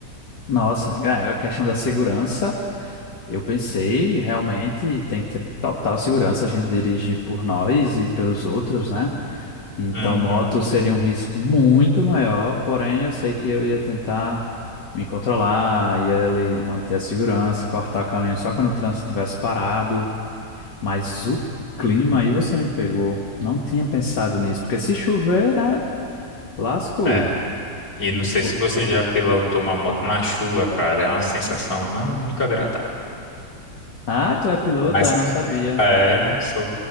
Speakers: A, on the left; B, on the left.
A: Nossa, é, a questão da segurança, eu pensei, realmente tem que ter total segurança, a gente dirige por nós e pelos outros, né? Então,
B: Uhum.
A: moto seria um risco muito maior, porém eu sei que eu ia tentar me controlar, ia ali manter a segurança, cortar o caminho só quando o trânsito estivesse parado. Mas o clima aí você me pegou. Não tinha pensado nisso, porque se chover, né, lascou.
B: É. E não
A: Vou-
B: sei se você já pilotou uma moto na chuva, cara. É uma sensação não muito agradável.
A: Ah, tu é piloto?
B: Mas
A: Ah, não
B: <laughs>
A: sabia.
B: é, sou.